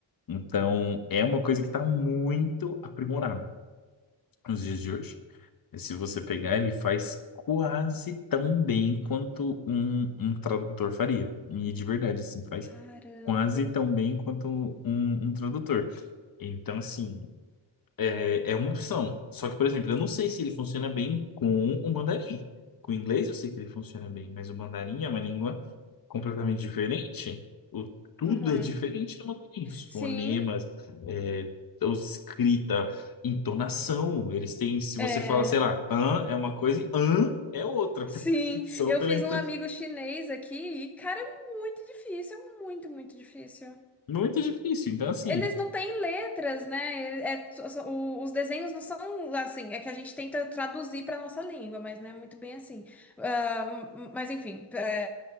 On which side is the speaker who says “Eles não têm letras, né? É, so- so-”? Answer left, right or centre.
Centre